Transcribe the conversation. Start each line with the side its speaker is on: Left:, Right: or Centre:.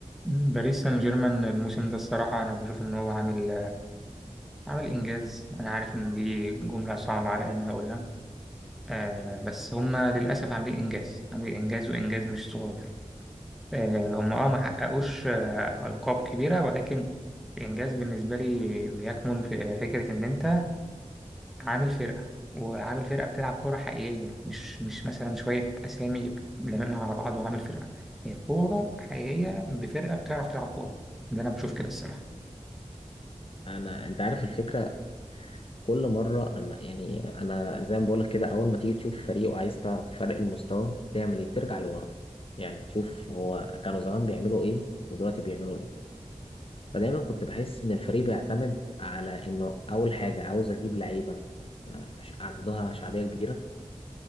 Centre: مم، باريس سان جيرمان الموسم ده الصراحة أنا بشوف إن هو عامل عامل إنجاز أنا عارف إن دي جملة صعبة على إن أنا أقولها آه بس هما للأسف عاملين إنجاز عاملين إنجاز وإنجاز مش صغير آه هما أه ما حققوش آه ألقاب كبيرة ولكن الإنجاز بالنسبة لي بيكمن في فكرة إن أنت عامل فرقة وعامل فرقة بتلعب كورة حقيقية مش مش مثلا شوية أسامي لممها على بعض وعامل فرقة هي كورة حقيقية بفرقة بتعرف تلعب كورة ده أنا بشوف كده الصراحة
Left: انا انت عارف الفكره كل مره لما يعني انا زي ما بقول لك كده اول ما تيجي تشوف فريق وعايز تعرف فرق المستوى تعمل ايه ترجع لورا يعني تشوف هو كانوا زمان بيعملوا ايه ودلوقتي بيعملوا ايه فدايما كنت بحس ان الفريق بيعتمد على انه اول حاجه عاوز اجيب لعيبه آه، ش- عندها شعبيه كبيره